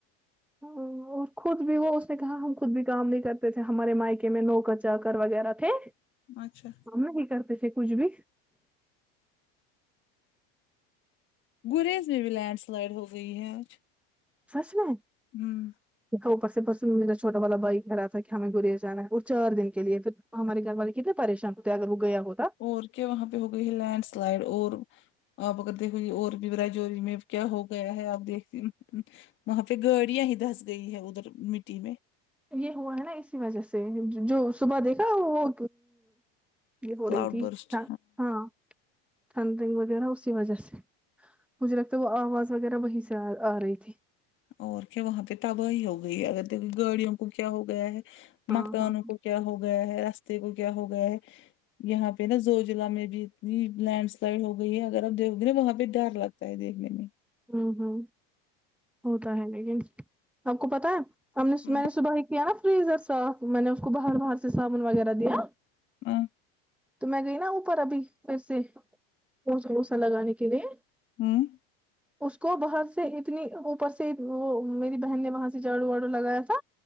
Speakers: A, in the centre; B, on the left.
A: ہوں اور خود بھی وہ اس نے کہا ہم خود بھی کام نہیں کرتے تھے ہمارے میکے میں نوکر چاکر وغیرہ تھے
B: اچھا
A: ہم نہیں کرتے تھے کچھ بھی
B: گریز میں بھی لینڈ سلائڈ ہو گئی ہے آج
A: سچ میں
B: ہوں
A: اوپر سے پرسوں میرا چھوٹا والا بھائی کہہ رہا تھا کہ ہمیں گوریا جانا ہے اور چار دن کے لیے پھر وہ ہمارے گھر والے کتنے پریشان ہوتے ہیں اگر وہ گیا ہوتا
B: اور کیا وہاں پہ ہو گئی ہے لینڈ سلائڈ اور آپ اگر دیکھو گے اور بھی ریچور میں کیا ہو گیا ہے آپ دیکھتی نا وہاں پہ گاڑیاں ہی دھس گئی ہے ادھر مٹی میں
A: یہ ہوا ہے نا اسی وجہ سے جو صبح دیکھا وہ یہ ہو
B: کلاؤڈ
A: رہی تھی
B: برسٹ
A: ہ ہاں تھٹنڈ رنگ وغیرہ اسی وجہ سے مجھے لگتا ہے وہ آواز وغیرہ وہی سے آ رہی تھی
B: اور کیا وہاں پہ تباہی ہو گئی ہے اگر دیکھے گاڑیوں کو کیا ہو گیا ہے
A: ہاں
B: مکانوں
A: ہاں
B: کو کیا ہو گیا ہے راستے کو کیا ہو گیا ہے یہاں پہ نا زوجضلع میں بھی اتنی لینڈ سلائڈ ہو گئی ہے اگر آپ دیکھو گے نا وہاں پہ ڈر لگ فائدے میں نہیں
A: ہاں ہاں ہوتا ہے لیکن آپ کو پتا ہے ہم نے
B: ہوں
A: میں نے صبح ہی پی <unintelligible> صاف میں نے اس کو باہر باہر سے صابن وغیرہ دیا
B: ہاں
A: تو میں گئی نا اوپر ابھی پھر سے اوسہ ووسا لگانے کے لیے
B: ہوں
A: اس کو باہر سے اتنی اوپر سے وہ میری بہن نے وہاں سے جاڑو واڑو لگایا تھا